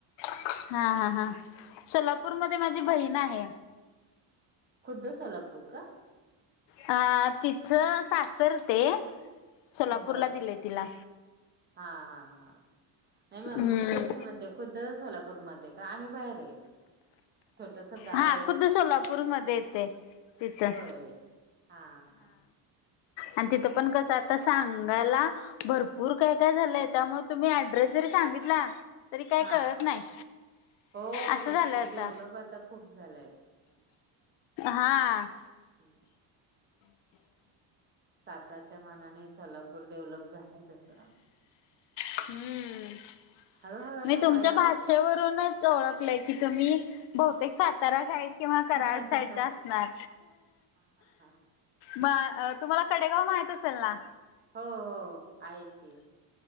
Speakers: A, on the left; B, on the right.
A: हा, हा, हा, सोलापूरमध्ये माझी बहीण आहे.
B: खुद्द सोलापूर का?
A: हा तिचं सासर ते सोलापूरला
B: बर
A: दिलय तिला
B: हा, हा, हा, नाही म
A: हम्म
B: तेच मी म्हणते खुद्द सोलापूरमधे का? आम्ही बाहेर आहे. छोटस गाव
A: हा
B: आहे.
A: खुद्द सोलापूरमध्ये येते तिचं
B: होय. हा, हा.
A: आणि तिथं पण कसं आता सांगायला भरपूर काय काय झालंय त्यामुळ तुम्ही ऍड्रेस जरी सांगितला तरी काय
B: हां
A: कळत नाही
B: हो
A: असं
B: तेच
A: झालं
B: की
A: आता
B: डेव्हलप आता खूप झालय.
A: हां.
B: हम्म. सातारच्या मानाने सोलापूर डेव्हलप झालाय तसं
A: हम्म नाही
B: हळूहळू आता
A: मी तुमच्या
B: व्हायला
A: भाषे
B: लागलं.
A: षेवरुनच ओळखले की तुम्ही बहुतेक साता रा साईड किंवा कराड
B: हा
A: साईडच्या असणार.
B: हा हा
A: म अ तुम्हांला कडेगाव माहीत असेल ना?
B: हो हो आहे की.